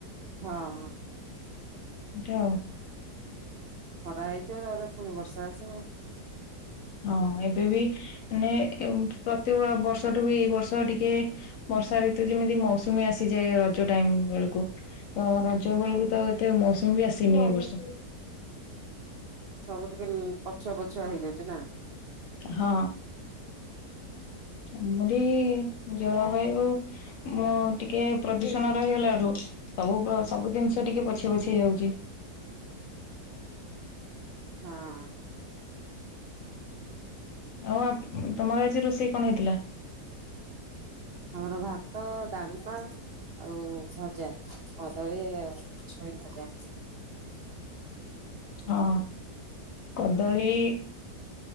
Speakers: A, on the right (about 80°); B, on the left (about 65°).
A: ହଁ ହଁ।
B: ଯାଉ।
A: ଖରା ହେଇଥିବ ତାପରେ ପୁଣି ବର୍ଷା। ଆସ।
B: ହଁ ଏବେ ବି ମାନେ ପ୍ରତି ବର୍ଷଠୁ ବି ଏଇ ବର୍ଷ ଟିକେ ବର୍ଷା ଋତୁ ଯେମିତି ମୌସୁମୀ ଆସିଯାଏ, ରଜ ଟାଇମ ବେଳକୁ। ତ ରଜ ବେଳକୁ ତ। ତ ମୌସମ ବି ଆସି ନି ଏ ବଷ।
A: ସବୁ ଟିକେ ପଛୁଆ ପଛୁଆ ହେଇଯାଉଛି ନା।
B: ହଁ। ଆମରି ଜଳବାୟୁ ମୁ ଟିକେ ପ୍ରଦୂଷଣ ରହିଗଲାରୁୁ ସବୁ ସବୁ ଜିନିଷ ଟିକେ ପଛେ ପଛେ ହେଇ ଯାଉଛି।
A: ହଁ।
B: ଆଉ ତମର ଆଜି ରୋଷେଇ କଣ ହେଇଥିଲା?
A: ଆମର ଭାତ ଡାଲମା। ଆଉ ଭଜା, କଦଳୀ ଆଉ ଛୁଇଁ ଭଜା।
B: ହଁ କଦଳୀ